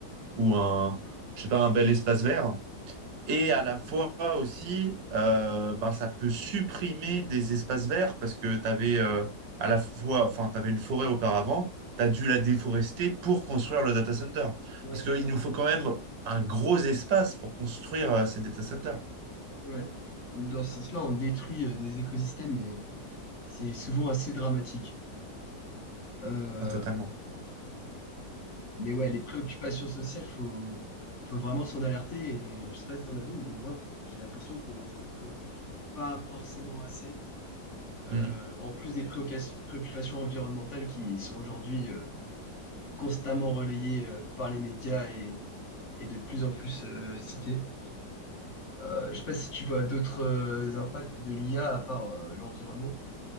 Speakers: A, on the right (about 90°); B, on the left (about 45°).
A: ou un, je sais pas, un bel espace vert. Et à la fois aussi, euh, ben, ça peut supprimer des espaces verts parce que tu avais à la fois, enfin, tu une forêt auparavant, tu as dû la déforester pour construire le data center.
B: Ouais,
A: Parce
B: c'est
A: qu'il
B: ça.
A: nous faut quand même un gros espace pour construire euh, ces data centers.
B: Ouais. Donc dans ce sens-là, on détruit euh, des écosystèmes et c'est souvent assez dramatique. Euh,
A: Ah, totalement.
B: mais ouais, les préoccupations sociales, faut, faut vraiment s'en alerter. Et je sais pas si ton avis, mais moi, j'ai l'impression qu'on s'en préoccupe pas forcément assez. Euh,
A: Mm.
B: en plus des préoca- préoccupations environnementales qui sont aujourd'hui euh, constamment relayées euh, par les médias et, et de plus en plus euh, citées. Euh, je sais pas si tu vois d'autres euh, impacts de l'IA à part euh, l'environnement.